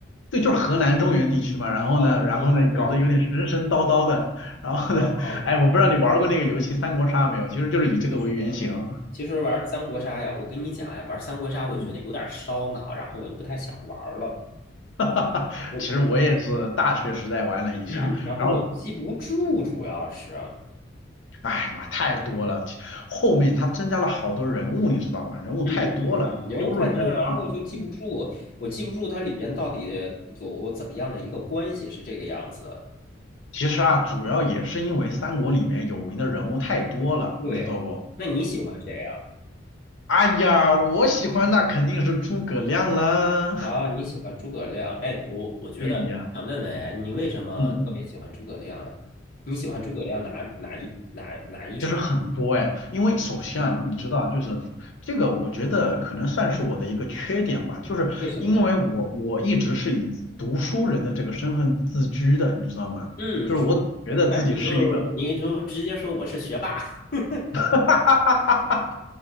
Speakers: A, on the left; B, on the left.
A: 对，就是河南中原地区嘛，然后呢，
B: 啊，
A: 然后呢，
B: 东汉末年
A: 搞得有点神神叨叨的，然后呢，
B: 啊，
A: <laughs> 哎，我不知道你玩过那个游戏《三国杀》没有，其实就是以这个为原型，
B: 就是其实玩三国杀呀，我跟你讲呀，玩三国杀我觉得有点烧脑，
A: 嗯，
B: 然后我就不太想玩了。
A: <laughs> 哈哈哈，
B: 我
A: 其实我也是大学时代玩了一下，
B: <clears throat> 然后我记不住，
A: 然后，
B: 主要是。
A: 哎，那太多了，其后面它增加了好多人物，你知道吗？人物太多了，
B: 嗯嗯嗯，人物太多了，
A: 记不住也正常。
B: 然后就记不住，
A: 嗯，
B: 我记不住它里边到底有怎么样的一个关系是这个样子。
A: 其实啊，主要也是因为三国里面有名的人物太多了，
B: 对，
A: 你知道不？
B: 那你喜欢谁呀？
A: 哎呀，我喜欢那肯定是诸葛亮啦，
B: 啊，你喜欢诸葛亮？哎，我我觉得想问问，
A: <laughs> 对呀，
B: 哎你为什么特别喜欢诸葛亮呀？
A: 嗯嗯。
B: 你喜欢诸葛亮哪哪一哪哪一种
A: 就是很多哎，因为首先啊，
B: 啊？
A: 你知道啊，就是这个，我觉得可能算是我的一个缺点吧，就是因为我我一直是以读书人的这个身份自居的，
B: 为什么呀？
A: 你知道吗？
B: 嗯，
A: 就是我总觉得自己是一个，
B: 是，但是你就你就直接说我是学霸，<laughs> 我
A: <laughs> 哈哈哈哈